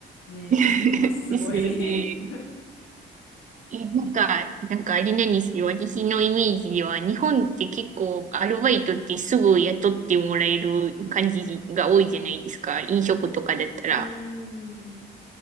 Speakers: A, on the left; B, on the right.
A: ね、
B: <laughs>
A: 思います、すごい
B: ですよね。
A: <laughs> う
B: え、なんか、なんかあれなんですけど、私のイメージでは、日本って結構アルバイトってすぐ雇ってもらえる感じが多いじゃないですか。飲食とかだったら。
A: ーん、